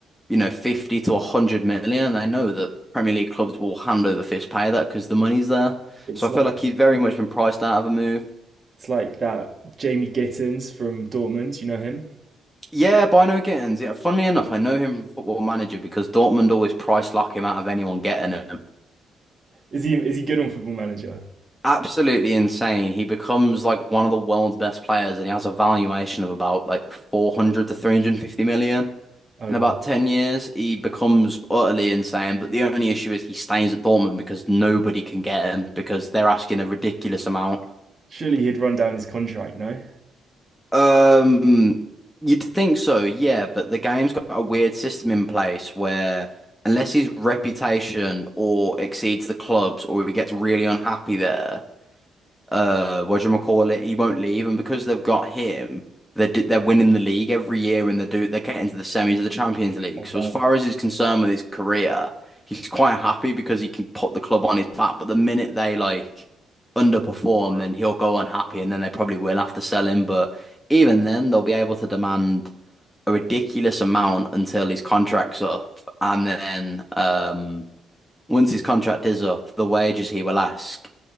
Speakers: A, in the centre; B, on the right.
A: you know, 50 to 100 million. And they know that Premier League clubs will hand over fist pay that because the money's there.
B: It's
A: So I
B: like
A: feel like he's very much been priced out of a move.
B: it's like that Jamie Gittins from Dortmund, you know him?
A: Yeah, Bino Gittins. Yeah, funnily enough, I know him from Football Manager because Dortmund always price lock him out of anyone getting him.
B: Is he is he good on Football Manager?
A: Absolutely insane. He becomes like one of the world's best players and he has a valuation of about like 400 to 350 million.
B: Oh
A: In
B: well.
A: about 10 years, he becomes utterly insane. But the only issue is he stays at Dortmund because nobody can get him because they're asking a ridiculous amount.
B: Surely he'd run down his contract, no?
A: Um, you'd think so, yeah, but the game's got a weird system in place where unless his reputation or exceeds the club's or he gets really unhappy there, uh whatchamacallit, he won't leave. And because they've got him, they're they're winning the league every year and they do they're getting to the semis of the Champions League.
B: Uh,
A: So as far as he's concerned with his career, he's quite happy because he can put the club on his back. But the minute they like underperform, then he'll go unhappy and then they probably will have to sell him. But even then they'll be able to demand a ridiculous amount until his contract's up. And then um once his contract is up, the wages he will ask